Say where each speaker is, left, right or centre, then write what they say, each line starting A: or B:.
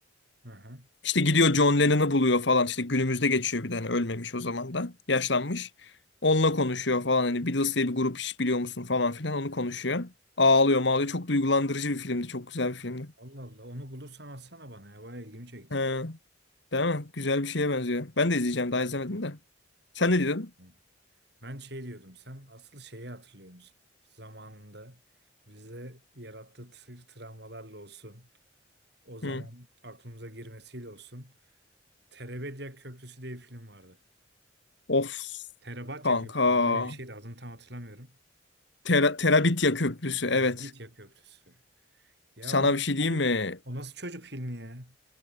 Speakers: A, on the right; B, on the left.
A: Aha.
B: İşte gidiyor John Lennon'ı buluyor falan. İşte günümüzde geçiyor bir tane ölmemiş o zaman da. Yaşlanmış. Onunla konuşuyor falan. Hani Beatles diye bir grup hiç biliyor musun falan filan onu konuşuyor. Ağlıyor mağlıyor. Çok duygulandırıcı bir filmdi. Çok güzel bir filmdi.
A: Allah Allah onu bulursan atsana bana ya. Bayağı ilgimi çekti.
B: He, değil mi? Güzel bir şeye benziyor. Ben de izleyeceğim. Daha izlemedim de. Sen ne diyordun?
A: Hı. Ben şey diyordum. Sen asıl şeyi hatırlıyor musun? Zamanında bize yarattığı t- travmalarla olsun. O zaman
B: Hı.
A: aklımıza girmesiyle olsun. Terebedya Köprüsü diye bir film vardı.
B: Of
A: Terabatya
B: kanka.
A: Köprüsü mü? öyle bir şeydi adını tam hatırlamıyorum.
B: Tera Terabitya Köprüsü.
A: Terabitya
B: Evet.
A: Köprüsü. Ya
B: Sana
A: o nasıl,
B: bir şey diyeyim
A: bir-
B: mi?
A: o nasıl çocuk filmi ya?